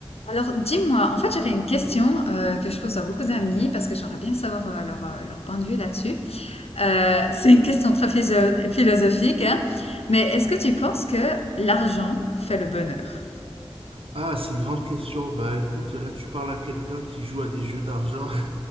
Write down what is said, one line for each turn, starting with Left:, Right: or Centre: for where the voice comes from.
Left: Alors, dis-moi, en fait, j'avais une question euh, que je pose à beaucoup d'amis parce que j'aimerais bien savoir euh, leur, euh, leur point de vue là-dessus. Euh, c'est une question très philo- philosophique, hein, mais est-ce que tu penses que l'argent fait le bonheur?
Right: Ah, c'est une grande question. Bah écoute, là tu parles à quelqu'un qui joue à des jeux d'argent.